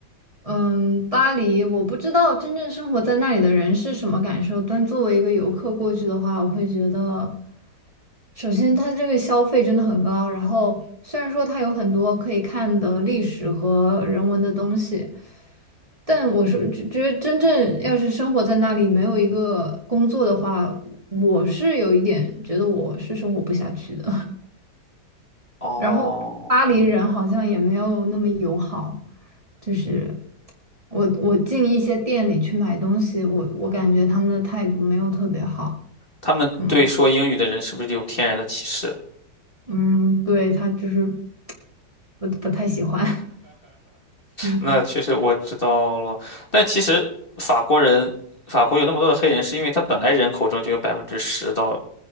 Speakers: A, on the right; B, on the left.
A: 嗯，巴黎我不知道真正生活在那里的人是什么感受，但作为一个游客过去的话，我会觉得，首先它这个消费真的很高，然后虽然说它有很多可以看的历史和人文的东西，但我是觉觉得真正要是生活在那里没有一个工作的话，我是有一点觉得我是生活不下去的。
B: 哦，
A: 然后巴黎人好像也没有那么友好，就是我我进一些店里去买东西，我我感觉他们的态度没有特别好，
B: 他们对说英语的人是不是有天然的歧视？
A: 嗯嗯，对，他就是不不太喜欢，<laughs> 嗯，
B: 那确实我知道了，但其实法国人，法国有那么多的黑人，是因为他本来人口中就有百分之十到